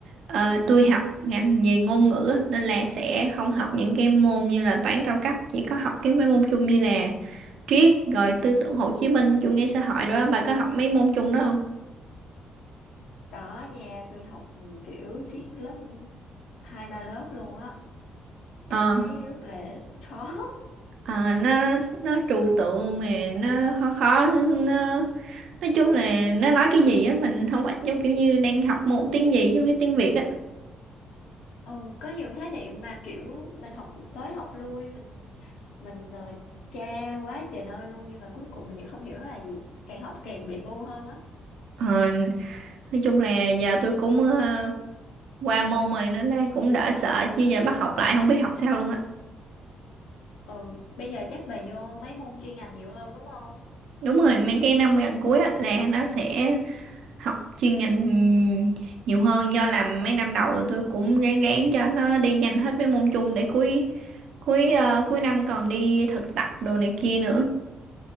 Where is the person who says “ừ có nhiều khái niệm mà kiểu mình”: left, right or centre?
Left